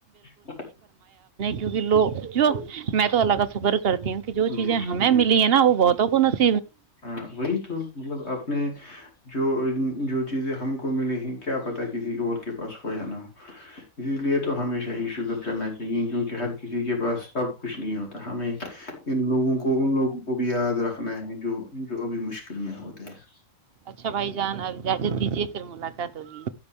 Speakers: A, on the left; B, on the right.
A: <unintelligible>
B: کیہ لو جو میں تو اللہ کا شکر <unintelligible> کرتی ہوں کہ جو
A: نہیں؟
B: چیزیں
A: بے
B: ہمیں ملی ہے نا وہ بہت <unintelligible> توخ <unintelligible>
A: ہاں وہی تو مطلب اپنے جو جو چیزیں ہم کو ملیں ہیں کیا پتا کسی اور کے پاس ہو یا نہ ہو اسی لیے تو ہمیشہ ہی شگر کا م کیکہ <unintelligible> کہ ہر کسی کے پاس سب کچھ نہیں ہوتا <unintelligible> ہمیں ان لوگوں کو ان لوگوں کو بھی یاد رکھنا ہے جو جو ابھی مشکل میں ہوتے ہیں <unintelligible>
B: اچھا بھائی جان اب اجازت دیجیے پھر ملاقات ہوگی